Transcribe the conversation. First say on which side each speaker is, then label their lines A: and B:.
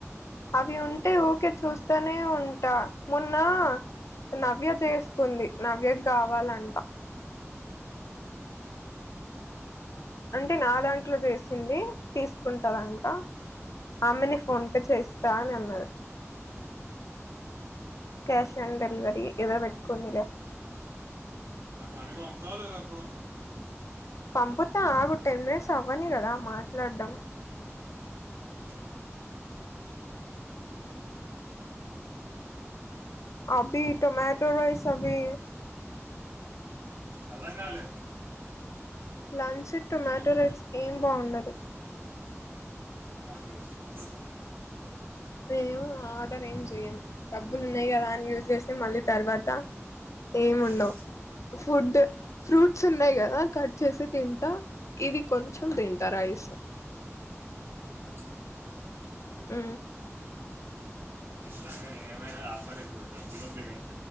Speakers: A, on the left (about 75°); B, on the right (about 60°).
A: అవి ఉంటె ఊకే చూస్తనే ఉంట మొన్నా నవ్య చేస్కుంది నవ్యక్ గావాలంట
B: ఉహు
A: అంటె నా దాంట్లొ చేసింది తీస్కుంటదంట ఆమెనె ఫోన్పే చేస్తా అని అన్నది
B: మ్ హు
A: కాష్ ఆన్ డెలివరి ఎదో పెట్టుకుంది లే
B: నాక్ మని వంప్తవ లేదా ఇప్పుడు
A: పంపుత ఆగు టెన్ మినిట్స్ అవ్వని గద మాట్లాడ్డం
B: ఉహు.
A: అబ్బి టమాటో రైస్ అభీ
B: అర్థంగాలె
A: లంచ్ టొమాటో రైస్ ఏం బావుండదు
B: ఆర్డర్ చేస్కో డబ్బులుందిగా
A: ఏమో ఆర్డర్ ఏం చెయ్యన్ డబ్బుల్ ఉన్నయ్ గదా అని యూజ్ చేస్తె మళ్ళీ తర్వాత ఏముండవ్
B: ఉమ్,
A: ఫుడ్డ్
B: ఉమ్,
A: ఫ్రూట్స్ ఉన్నయ్ కదా కట్ చేసి తింటా ఇది కొంచం దింట రైస్
B: బెటర్
A: మ్
B: నీ ఇష్టం నేన్ ఏమైనా ఆపన్ ఇప్పుడు డబ్బుల్ ఉంది గద